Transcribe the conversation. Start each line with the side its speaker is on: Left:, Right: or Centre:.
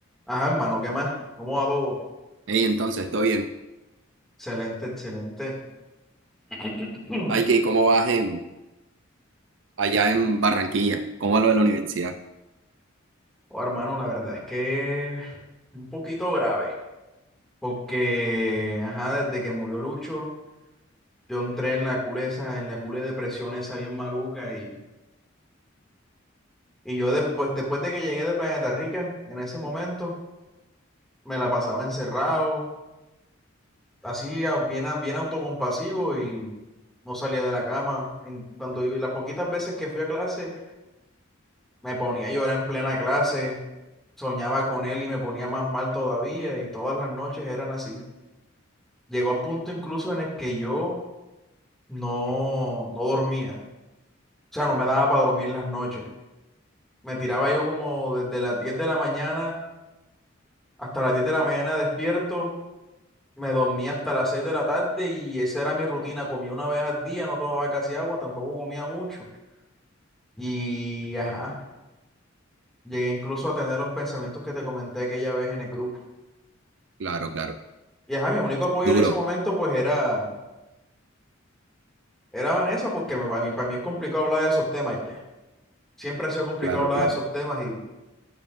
Centre: Ajá, hermano, ¿qué más? ¿Cómo va todo?
Right: Ey, entonces, todo bien.
Centre: Excelente, excelente. <clears throat>
Right: Ay, que ¿cómo vas en, allá en Barranquilla? ¿Cómo va lo de la universidad?
Centre: Oh, hermano, la verdad es que un poquito grave, porque, ajá, desde que murió Lucho, yo entré en la cule esa, en la cule de depresión esa bien maluca y, y yo de- pues, después de que llegué de Planeta Rica, en ese momento, me la pasaba encerrado, así a- bien, a- bien autocompasivo y no salía de la cama. En, cuando iba, y las poquitas veces que fui a clase, Me ponía a llorar en plena clase, soñaba con él y me ponía más mal todavía y todas las noches eran así. Llegó a punto incluso en el que yo no, no dormía, o sea, no me daba para dormir las noches. Me tiraba yo como desde las 10 de la mañana hasta las 10 de la mañana despierto, me dormía hasta las 6 de la tarde y esa era mi rutina. Comía una vez al día, no tomaba casi agua, tampoco comía mucho. Y ajá, llegué incluso a tener los pensamientos que te comenté aquella vez en el grupo.
Right: Claro, claro.
Centre: Y ajá, mi único apoyo
Right: Duro.
Centre: en ese momento pues era, era Vanessa, porque me- para mí, para mí es complicado hablar de esos temas ya. Siempre ha sido complicado
Right: Claro,
Centre: hablar
Right: claro.
Centre: de esos temas y